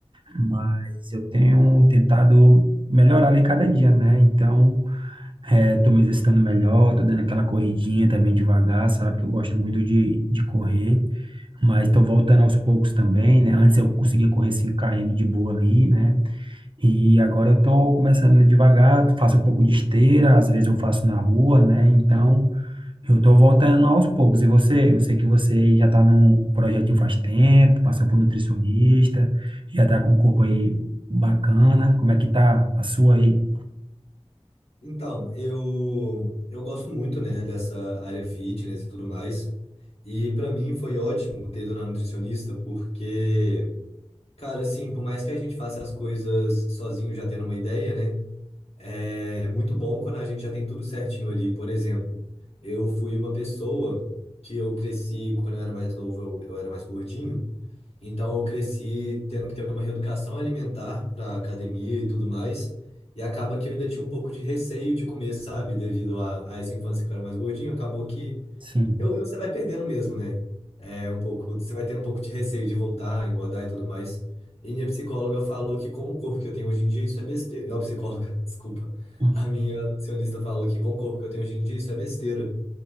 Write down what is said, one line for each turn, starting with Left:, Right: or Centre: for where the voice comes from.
Right: Mas eu tenho tentado melhorar ali cada dia, né? Então, é, tô me exercitando melhor, tô dando aquela corridinha também devagar, sabe? Que eu gosto muito de, de correr, mas tô voltando aos poucos também, né? Antes eu conseguia correr 5 km de boa ali, né? E agora eu tô começando ali devagar, faço um pouco de esteira, às vezes eu faço na rua, né? Então, eu tô voltando aos poucos. E você? Eu sei que você já tá num projetinho faz tempo, passou por nutricionista, já tá com um corpo aí bacana. Como é que tá a sua aí?
Left: Então, eu eu gosto muito, né, dessa área fitness e tudo mais. E pra mim foi ótimo ter ido na nutricionista, porque, cara, assim, por mais que a gente faça as coisas sozinho já tendo uma ideia, né? É muito bom quando a gente já tem tudo certinho ali. Por exemplo, eu fui uma pessoa que eu cresci, quando eu era mais novo, eu, eu era mais gordinho. Então, eu cresci tendo que ter uma reeducação alimentar para academia e tudo mais. E acaba que eu ainda tinha um pouco de receio de comer, sabe? Devido a, a essa infância que eu era mais gordinho, acabou que
Right: Sim.
Left: eu, eu- você vai perdendo mesmo, né? É um pouco, você vai tendo um pouco de receio de voltar, engordar e tudo mais. E minha psicóloga falou que com o corpo que eu tenho hoje em dia, isso é besteira. Não, psicóloga, <laughs> desculpa.
Right: <laughs>
Left: A minha nutricionista falou que com o corpo que eu tenho hoje em dia, isso é besteira.